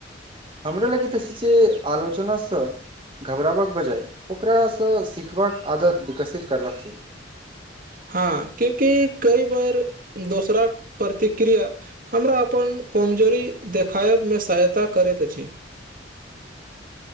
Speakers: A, on the right; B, on the right.
A: हमरा लगैत अछि जे आलोचनासँ घबराबक बजाय ओकरासँ सीखबाक आदत विकसित करबाक चाही
B: हँ क्याकि कईबार दोसराक प्रतिक्रिया हमरा अपन कमजोरी देखायबमे सहायता करैत अछि